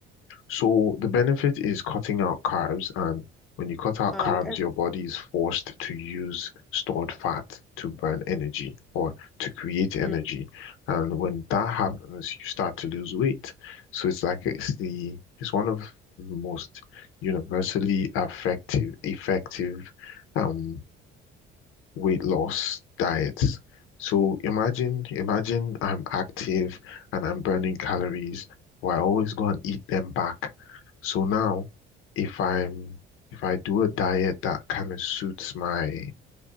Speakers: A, on the left; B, in the centre.
A: So the benefit is cutting out carbs, and when you cut out
B: Oh,
A: carbs,
B: okay.
A: your body is forced to use stored fat to burn energy or to create energy.
B: Mm.
A: And when that happens, you start to lose weight. So it's like it's the it's one of the most universally effective effective um weight loss diets. So imagine, imagine I'm active and I'm burning calories, but I always go and eat them back. So now, if I'm if I do a diet that kind of suits my